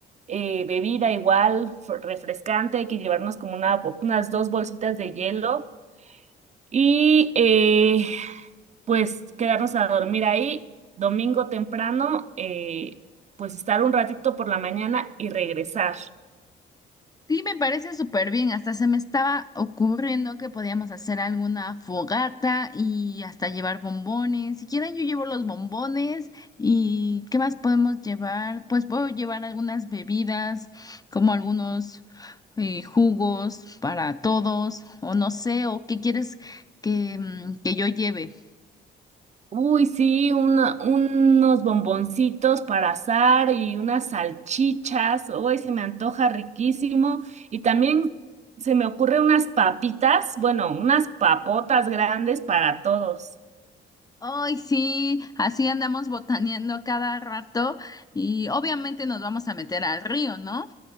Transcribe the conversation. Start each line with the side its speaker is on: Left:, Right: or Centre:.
Right: eh, bebida igual, fr- refrescante, hay que llevarnos como una, bo- unas dos bolsitas de hielo y eh, pues quedarnos a dormir ahí domingo temprano, eh, pues estar un ratito por la mañana y regresar.
Left: Sí, me parece súper bien. Hasta se me estaba ocurriendo que podíamos hacer alguna fogata y hasta llevar bombones. Si quieren, yo llevo los bombones. ¿Y qué más podemos llevar? Pues puedo llevar algunas bebidas, como algunos eh, jugos para todos, o no sé, o qué quieres que, mm, que yo lleve.
Right: Uy, sí, una- unos bomboncitos para asar y unas salchichas. Uy, se me antoja riquísimo. Y también se me ocurre unas papitas, bueno, unas papotas grandes para todos.
Left: Ay, sí, así andamos botaneando cada rato y obviamente nos vamos a meter al río, ¿no?